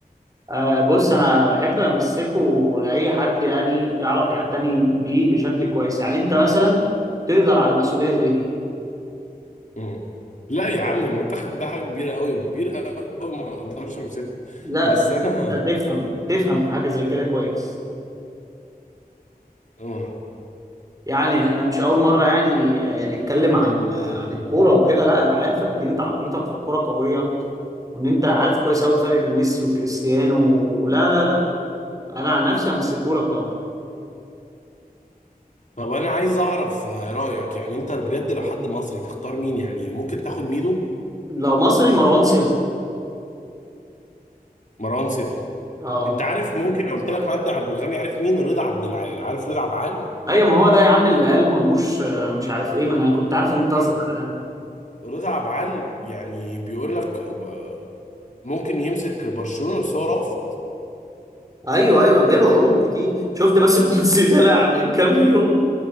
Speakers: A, on the right; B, on the left.
A: أه بص انا بحب امسكه لاي حد يعني يعرف يعتني بيه بشكل كويس يعني انت مثلا تقدر على مسؤوليه زي دي
B: مم. لا يا عم المنتخب ده حاجه كبيره قوي وكبير قوي ما اقدرش امسكه
A: لا
B: بس
A: بس
B: انا
A: انت تفهم تفهم في حاجه زي كده كويس
B: مم.
A: يعني احنا مش اول مره يعني آه، نتكلم عن آه، عن الكوره وكده لا انا عارف قد ايه انت عقليتك في الكوره قويه وان انت عارف كويس قوي الفرق بين ميسي وكريستيانو لا لا لا انا عن نفسي همسكهولك طبعا
B: طب انا عايز اعرف آه، رايك يعني انت بجد لو حد مصري تختار مين يعني ممكن تاخد ميدو
A: لو مصري مروان سري
B: مروان سري
A: اه
B: انت عارف ممكن لو قلت لك مجدي عبد الغني عارف مين رضا عبد العال عارف رضا عبد العال؟
A: ايوه ما هو ده يا عم اللي قال مرموش آه، مش عارف ايه ما انا كنت عارف ان انت قصدك
B: مم.
A: على ده
B: رضا عبد العال يعني بيقول لك آه، ممكن يمسك برشلونه بس هو رافض
A: ايوه ايوه جاله عروض كتير شفت بس الممثل دلع من كام يوم